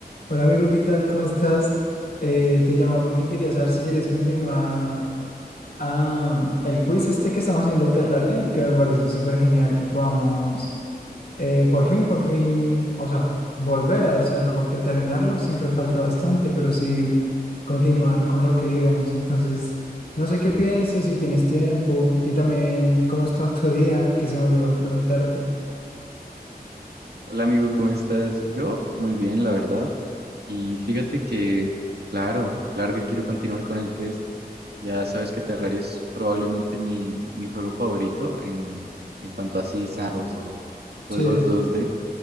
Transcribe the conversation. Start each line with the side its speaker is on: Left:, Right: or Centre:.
Left: Hola amigo, ¿qué tal? ¿Cómo estás? Eh, te llamaba porque quería saber si querías continuar ah, el quiz este que estamos haciendo de Terraria, que me pareció súper genial que podamos eh, por fin, por fin, o sea, volver a hacerlo porque terminarlo siempre falta bastante, pero sí continuar con lo que íbamos. Entonces, no sé qué pienses, si tienes tiempo y también cómo ha estado tu día, que se me olvidó preguntarte.
Right: Hola amigo, ¿cómo estás? Yo muy bien, la verdad. Y fíjate que, claro, claro que quiero continuar con el test. Ya sabes que Terraria es probablemente mi, mi juego favorito en, en cuanto a así sandbox o juegos
Left: Sí,
Right: 2D.